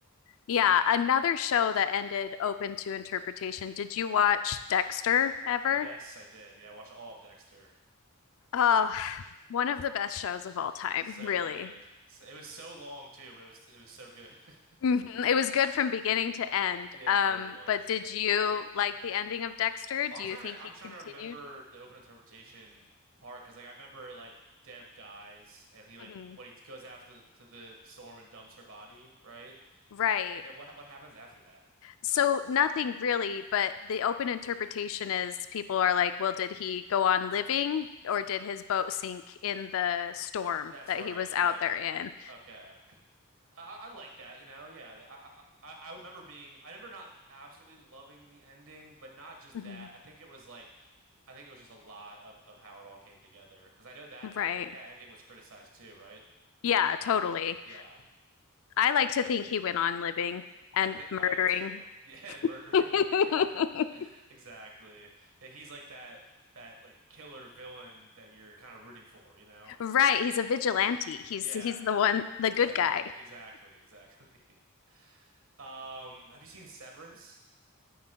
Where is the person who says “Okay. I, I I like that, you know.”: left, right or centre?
Right